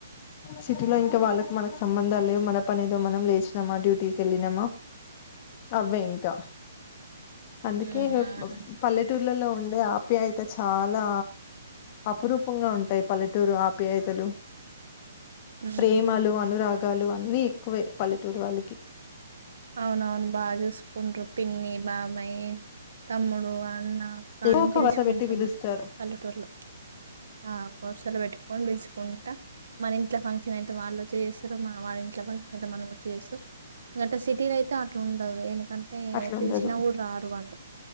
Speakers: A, on the left (about 30°); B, on the right (about 75°).
A: సిటీలో ఇంకా వాళ్ళకు మనకు సంబంధాలు లేవు మన పనేదో మనం లేచినామా డ్యూటీకి వెళ్ళినమా అవ్వే ఇంకా అందుకే
B: ఉమ్
A: ప పల్లెటూర్లలో ఉండే ఆప్యాయత చాలా అపురూపంగా ఉంటాయి పల్లెటూరు ఆప్యాయతలు
B: ఉహు
A: ప్రేమలు, అనురాగ గాలు అన్ని ఎక్కువే పల్లెటూరు వాళ్ళకి
B: అవునవును బా చూస్కుండు పిన్ని, బాబాయి, తమ్ముడు, అన్న అక్క
A: ఏదో
B: అని
A: ఒక
B: పిలుచుకుంటాం
A: వస పెట్టి పిలుస్తారు
B: మనం పల్లెటూరులో ఆ వర్సలు పెట్టుకొని పిలుచుకుంటా మన ఇంట్లో ఫంక్షన్ అయితే వాళ్ళు చేసి ఏదో వాళ్ళ ఇంట్లో మనం చేసు ఎంతసే టిలో అయితే అట్లా ఉండదు ఏన అంటే
A: అట్లా
B: పిలిచిన
A: ఉండదు
B: కూడు రారు వాళ్ళు